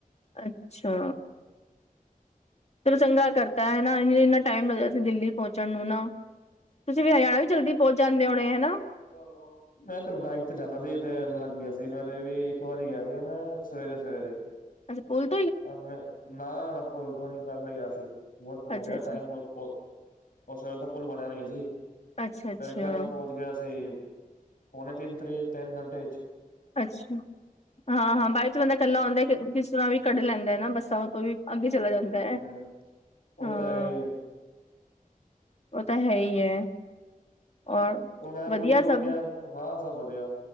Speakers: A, on the left; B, on the left.
A: ਅੱਛਾ, ਚਲੋ ਚੰਗਾ ਕਰਤਾ ਹੈ ਨਾ ਟਾਈਮ ਲੱਗਦਾ ਸੀ ਦਿੱਲੀ ਪਹੁੰਚਣ ਨੂੰ ਨਾ, ਤੁਸੀਂ ਵੀ ਹਰਿਆਣਾ ਵੀ ਜਲਦੀ ਪਹੁੰਚ ਜਾਂਦੇ ਹੋਣੇ ਹਨਾ?
B: ਹ <unintelligible> ਮੈਂ ਤੇ ਬਾਈਕ ਤੇ ਜਾਂਦਾ ਸੀ, ਤੇ ਲੱਗ ਗਿਆ ਸੀ ਮੇਰੇ ਵੀ, ਇੱਕ ਵਾਰੀ ਗਿਆ ਸੀ ਮੈਂ, ਸਵੇਰੇ-ਸਵੇਰੇ।
A: ਅੱਛਾ ਪੁੱਲ <unintelligible>
B: ਮੈਂ ਨਾ ਪੁੱਲ ਤੋਂ ਨੀ, ਪਹਿਲਾਂ ਹੀ ਆ ਸੀ ਬ ਹੋ ਗਿਆ। ਹੁਣ ਹੋ
A: ਅੱਛਾ-ਅੱਛਾ।
B: ਗਿਆ ਟਾਈਮ <unintelligible> ਉਸ ਵੇਲੇ ਤਾਂ, ਪੁਲ ਬਣਿਆ ਵੀ ਨੀ ਸੀ। ਫਿਰ
A: ਅੱਛਾ-ਅੱਛਾ,
B: ਰਿਸ਼ੀਕੇਸ਼, ਪਹੁੰਚ ਗਿਆ ਸੀ। ਪੋਣੇ ਤਿੰਨ ਥਰੀ, ਤਿੰਨ ਘੰਟੇ 'ਚੱ
A: ਅੱਛਾ, ਹਾਂ ਹਾਂ ਬਾਅਦ 'ਚ ਬੰਦਾ ਇਕੱਲਾ ਆਉਂਦਾ, ਕਿਸ ਤਰ੍ਹਾਂ ਵੀ ਕੱਢ ਲੈਂਦਾ ਹੈ ਨਾ ਬੱਸਾਂ ਤੋਂ ਵੀ, ਅੱਗੇ
B: ਹਮ
A: ਚਲਾ ਜਾਂਦਾ ਹੈ,
B: ਉਹ
A: ਹਾਂ।
B: ਤੇ ਹੈਗਾ ਹੀ ਹੈ
A: ਉਹ ਤਾਂ, ਹੈ ਹੀ ਹੈ। ਔਰ
B: ਤੇ ਹੁਣ, ਇਹ
A: ਵਧੀਆ
B: ਪੁਲ ਜੋ ਬਣ
A: ਸਭ
B: ਗਿਆ ਹਾਂ ਸਭ ਵਧੀਆ,